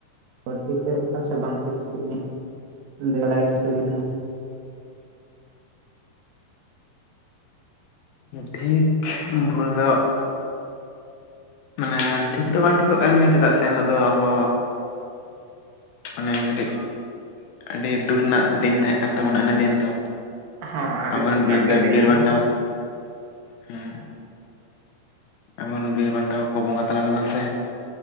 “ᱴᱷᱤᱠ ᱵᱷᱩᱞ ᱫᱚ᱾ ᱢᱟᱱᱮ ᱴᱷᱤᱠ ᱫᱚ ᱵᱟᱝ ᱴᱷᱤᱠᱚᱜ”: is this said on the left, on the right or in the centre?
Left